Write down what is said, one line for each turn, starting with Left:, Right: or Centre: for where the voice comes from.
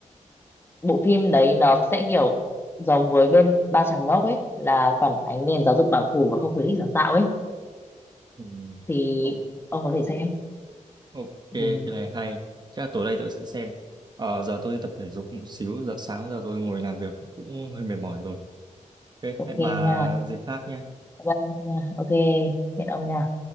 Left: bộ phim đấy nó sẽ kiểu giống với bên Ba Chàng Ngốc ấy là phản ánh nền giáo dục bảo thủ và không khuyến khích sáng tạo ấy
Right: Ừ.
Left: thì
Right: Ok,
Left: ông có thể xem.
Right: ok, cái
Left: Ừ,
Right: này hay. Chắc là tối nay tôi sẽ xem. Ờ, giờ tôi đi tập thể dục một xíu, giờ sáng giờ tôi ngồi làm việc cũng hơi mệt mỏi rồi. Ok,
Left: ok
Right: hẹn bà
Left: nha.
Right: dịp khác nhé.
Left: Vâng, ok, hẹn ông nha.